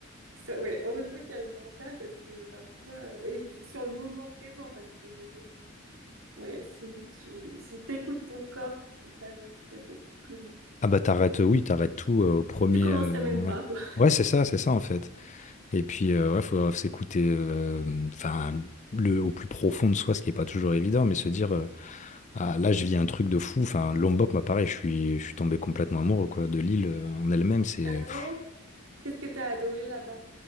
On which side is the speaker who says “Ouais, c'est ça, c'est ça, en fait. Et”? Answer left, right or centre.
Left